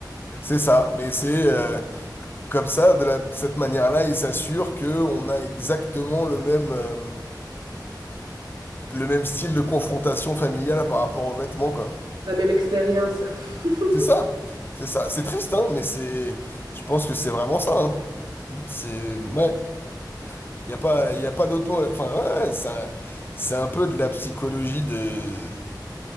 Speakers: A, on the left; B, on the right.
A: C'est ça. Mais c'est euh, Comme ça, de la- de cette manière-là, il s'assure que on a exactement le même, euh, le même style de confrontation familiale par rapport aux vêtements, quoi.
B: la même expérience. <laughs>
A: C'est ça, c'est ça. C'est triste, hein, mais c'est, je pense que c'est vraiment ça. hein. C'est, ouais, il y a pas, il y a pas d'autre mot. Enfin, ouais, ça, c'est un peu de la psychologie de,